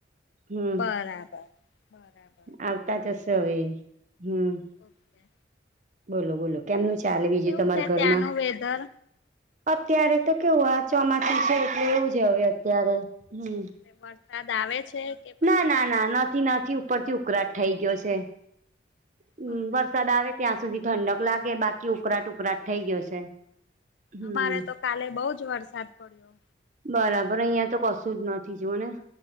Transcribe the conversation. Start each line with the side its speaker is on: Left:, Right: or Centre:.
Right: હમ
Left: બરાબર બરાબર.
Right: આવતા જ‌ હશે હવે, હમ્મ
Left: ઓકે
Right: બોલો બોલો કેમનું ચાલે બીજું
Left: કેવું
Right: તમાર
Left: છે
Right: ઘરમાં
Left: ત્યાંનું વેધર
Right: અત્યારે તો કેવું આ ચોમાસું છે એટલે એવું જ હવે અત્યારે હમ્મ
Left: એટલે વરસાદ આવે છે. કે પછી
Right: ના ના ના નથી નથી ઉપરથી ઉકળાટ થઈ ગયો છે. હમ્મ
Left: બરાબર
Right: વરસાદ આવે ત્યાં સુધી ઠંડક લાગે બાકી ઉકરાટ ઉકરાટ થઇ ગયો છે. હમ
Left: અમારે તો કાલે બઉ જ વરસાદ પડ્યો.
Right: બરાબર અહિયાં તો કશું જ નથી જોવું ને